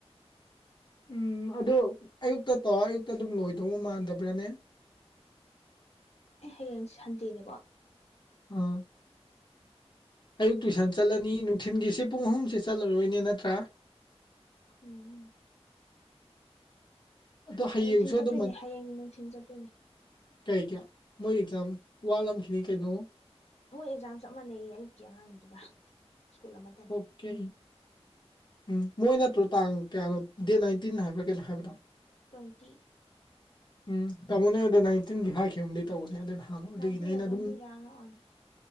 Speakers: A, on the left; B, on the left.
A: ꯎꯝ ꯑꯗ ꯑꯌꯨꯛꯇ ꯇꯧ ꯑꯌꯨꯛꯇ ꯑꯗꯨꯝ ꯂꯣꯏꯗꯧ ꯃꯥꯟꯗꯕ꯭ꯔꯥꯅꯦ
B: ꯑꯦ ꯍꯌꯦꯡ ꯁꯟꯗꯦꯅꯤꯀꯣ
A: ꯑ ꯑꯌꯨꯛ ꯇꯨꯏꯁꯟ ꯆꯠꯂꯅꯤ ꯅꯨꯡꯊꯤꯟꯒꯤꯁꯤ ꯄꯨꯡ ꯑꯍꯨꯝꯁꯦ ꯆꯠꯂꯔꯣꯏꯅꯦ ꯅꯠꯇ꯭ꯔꯥ
B: ꯎꯝ
A: ꯑꯗꯣ ꯍꯌꯦꯡꯁꯨ
B: ꯅꯨꯡꯊꯤꯟ ꯆꯠꯇꯣꯏꯅꯦ
A: ꯑꯗꯨꯝ
B: ꯍꯌꯦꯡ ꯅꯨꯡꯊꯤꯟ ꯆꯠ
A: ꯀꯩ ꯀ ꯃꯣꯏ ꯑꯦꯛꯖꯥꯝ ꯋꯥꯠꯂꯝꯈꯤꯅꯤ ꯀꯩꯅꯣ
B: ꯃꯣꯏ ꯑꯦꯛꯖꯥꯝ ꯆꯞ ꯃꯥꯟꯅꯩ ꯑꯌꯨꯛꯀꯤ ꯑꯉꯥꯡꯒꯤꯗꯨꯒ ꯁ꯭ꯀꯨꯜ ꯑꯃ
A: ꯑꯣꯀꯦ ꯎꯝ ꯃꯣꯏ ꯅꯠꯇ꯭ꯔꯣ ꯇꯥꯡ ꯀꯌꯥꯅꯣ ꯗꯦꯠ ꯅꯥꯏꯟꯇꯤꯟ ꯍꯥꯏꯕ꯭ꯔ ꯀꯩꯅꯣ ꯍꯥꯏꯕꯗꯣ
B: ꯇꯣꯏꯟꯇꯤ
A: ꯎꯝ ꯇꯃꯣ ꯅꯥꯌꯥꯗ ꯅꯥꯏꯟꯇꯤꯟꯗꯤ ꯍꯥꯏꯈꯤꯒꯨꯝꯗꯤ ꯇꯧꯕꯅꯦ ꯑꯗꯨꯅ ꯊꯥꯃꯣ ꯑꯗꯨꯒꯤꯅꯦ
B: ꯅꯥꯏꯟꯇꯤꯟꯂ
A: ꯑꯩꯅ
B: ꯇ꯭ꯋꯦꯟꯇꯤꯔ
A: ꯑꯗꯨꯝ
B: ꯑꯃ ꯑꯣꯏ